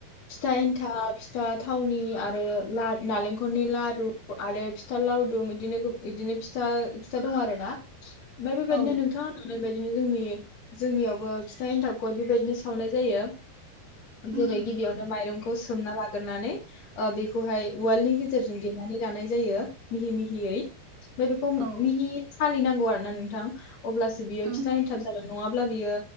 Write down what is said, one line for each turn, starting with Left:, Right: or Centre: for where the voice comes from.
Left: फिथा एनथाब फिथा थावनि आरो नालेंखलनि लारु आरो फिथा लावदुम इदिनो इदिनो फिथा फिथा दं आरो ना ओमफ्राय बेबायदिनो
Right: औ
Left: नोंथाङा होनलांनाय बायदि इदिनो जोंनि जोंनियावबो फिथा एन्थाब गय बेबायदिनो सावनाय जायो।
Right: उम
Left: जेरै
Right: औ उम
Left: गिबियावनो माइरंखौ सोमना ला गोरनानै ओ बे खौहाय उवालनि गेजेरजों देनानै लानाय जायो। मिहि मि हियै। ओमफाय बेखौ
Right: औ
Left: मिहि फालिनांगौ आरोना नोंथां। अब्लासो बियो
Right: उम
Left: फिथा एनथाब जागोन। नङाब्ला बियो